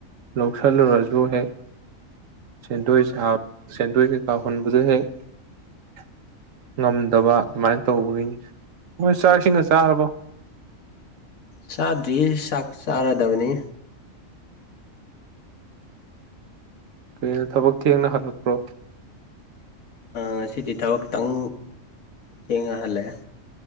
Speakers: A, on the right; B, on the left.
A: ꯂꯧꯁꯤꯜꯂꯨꯔꯁꯨ ꯗꯨꯨꯅꯦ ꯁꯦꯟꯗꯣꯏ ꯁꯥꯕ ꯁꯦꯟꯗꯣꯏ ꯀꯩꯀꯥ ꯍꯟꯕꯖꯨ ꯍꯦꯛ ꯉꯝꯗꯕ ꯑꯗꯨꯃꯥꯏꯅ ꯇꯧꯕꯒꯤꯅꯤ ꯃꯣꯏ ꯆꯥꯛ ꯏꯁꯤꯡꯒ ꯆꯥꯔꯕꯣ
B: ꯆꯥꯗ꯭ꯔꯤ ꯆꯥꯛ ꯆꯥꯔꯗꯕꯅꯤ
A: ꯀꯩꯅꯣ ꯊꯕꯛ ꯊꯦꯡꯅ ꯍꯜꯂꯛꯄ꯭ꯔꯣ
B: ꯉꯁꯤꯗꯤ ꯊꯕꯛ ꯈꯤꯇꯪ ꯊꯦꯡꯅ ꯍꯜꯂꯛꯑꯦ